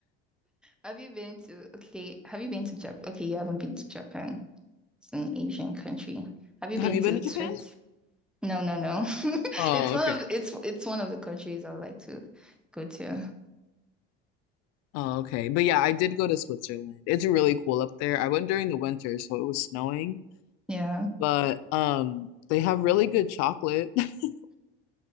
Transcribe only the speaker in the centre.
Have you been to, okay, have you been to Japan? Okay, you haven't been to Japan. It's an Asian country. Have you
been
to
Swiss? No, no, no. <laughs>
It's one
of it's it's one of the countries I would like to go to.
Yeah.